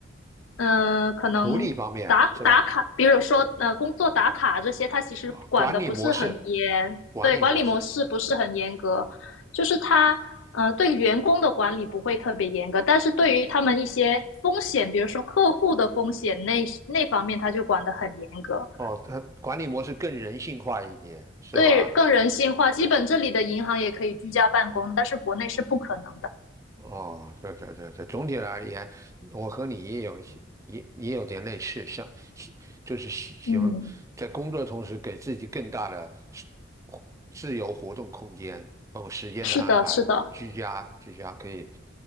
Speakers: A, on the left; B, on the right.
A: 嗯、呃可能打打卡，
B: 福利方面是吧？
A: 比如说呃，工作打卡这些，它其实管的不是很严，
B: 啊，管理模式，管理模式，
A: 对，管理模式不是很严格，就是它呃对员工的管理不会特别严格，但是对于他们一些风险，比如说客户的风险那那方面，它就管得很严格，
B: 哦，它管理模式更人性化一点，是吧？
A: 对，更人性化。基本这里的银行也可以居家办公，但是国内是不可能的。
B: 哦，对对对对，总体而言，我和你也有一些，也也有点类似，像喜就是喜喜欢在工作的同时给自己更大的是
A: 嗯，
B: 自由活动空间，包括时间的安排，
A: 是的，是的，
B: 居家居家可以